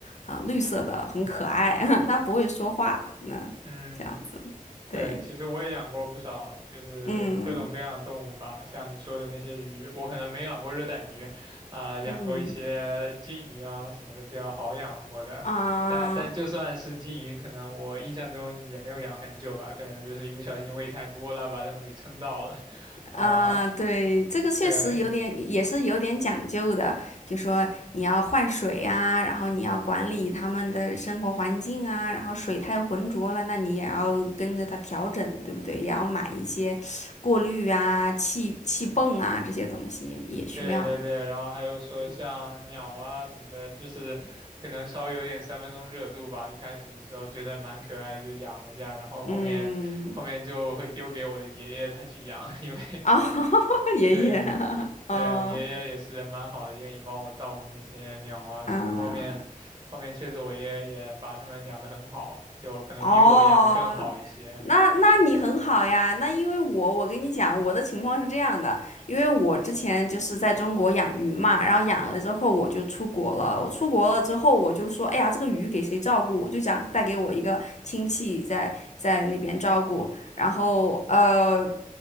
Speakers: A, on the left; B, on the right.
A: 啊、绿色的，很可爱，<laughs> 它不会说话，那
B: 嗯，
A: 这样子，
B: 对，
A: 对，
B: 其实我也养过不少，就是各种各样的动物吧，
A: 嗯
B: 像你说的那些鱼，我可能没养过热带鱼，啊、养过一些金鱼啊什么的，
A: 嗯。
B: 比较好养活的。
A: 啊
B: 但但就算是金鱼，可能我印象中也没有养很久吧，可能就是一不小心喂太多了，把它们给撑到了，<laughs> 啊、
A: 啊，对，这个确实有点，
B: 对，
A: 也是有点讲究的。就说你要换水啊，然后你要管理他们的生活环境啊，然后水太浑浊了，那你也要跟着它调整，对不对？也要买一些过滤啊、气气泵啊这些东西也也需要的。
B: 对对对，然后还有说像鸟啊什么的，就是可能稍微有点三分钟热度吧。一开始的时候觉得蛮可爱的，就养了一下，然后后面后面就会丢给我的爷爷他去养，
A: 嗯，
B: <laughs> 因为
A: 哦，<laughs> 爷爷，
B: 对
A: <laughs>
B: 对，
A: 哦，
B: 爷爷也是人蛮好的，愿意帮我照顾那些鸟啊什么的。
A: 嗯。
B: 后面后面确实我爷爷也把它们养得很好，就可能比我养的更好一些
A: 哦，那那你很好呀。那因为我我跟你讲，我的情况是这样的，因为我之前就是在中国养鱼嘛，然后养了之后我就出国了。我出国了之后，我就说，哎呀，这个鱼给谁照顾？我就想带给我一个亲戚在在那边照顾。然后呃，